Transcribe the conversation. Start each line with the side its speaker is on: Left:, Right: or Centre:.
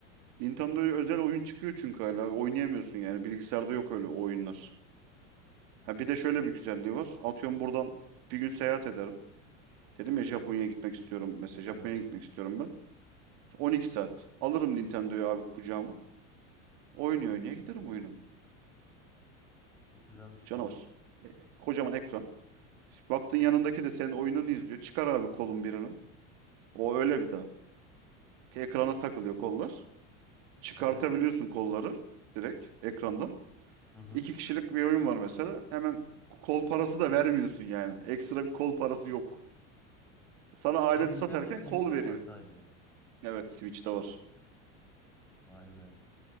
Right: Nintendo'ya özel oyun çıkıyor çünkü hala. Oynayamıyorsun yani. Bilgisayarda yok öyle oyunlar. Ha bir de şöyle bir güzelliği var. Atıyorum buradan bir gün seyahat ederim. Dedim ya Japonya'ya gitmek istiyorum. Mesela
Centre: Evet.
Right: Japonya'ya gitmek istiyorum ben. 12 saat. Alırım Nintendo'yu abi kucağıma. Oynuyor oynaya giderim oyunumu.
Centre: Çok güzelmiş
Right: Canavar.
Centre: ya.
Right: E, e, kocaman ekran. Baktın yanındaki de senin oyununu izliyor. Çıkar abi kolun birini. O öyle bir daha. Ekrana takılıyor kollar. Çıkartabiliyorsun
Centre: Evet.
Right: kolları direkt ekrandan.
Centre: Hı hı.
Right: İki kişilik bir oyun var mesela. Hemen kol parası da vermiyorsun yani. Ekstra bir kol parası yok. Sana aleti
Centre: Bu Nintendo
Right: satarken
Centre: Switch'te
Right: kol veriyor.
Centre: mi var sadece?
Right: Evet Switch'te var.
Centre: Vay be.